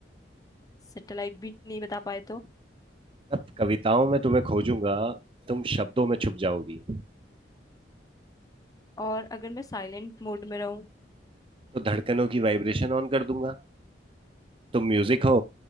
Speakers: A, on the left (about 20°); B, on the right (about 30°).
A: सैटेलाइट भी नहीं बता पाए तो
B: अब कविताओं में तुम्हें खोजूंगा तुम शब्दों में छुप जाओगी
A: और अगर मैं साइलेंट मोड में रहूं
B: तो धड़कनों की वाइब्रेशन ऑन कर दूंगा तुम म्यूजिक हो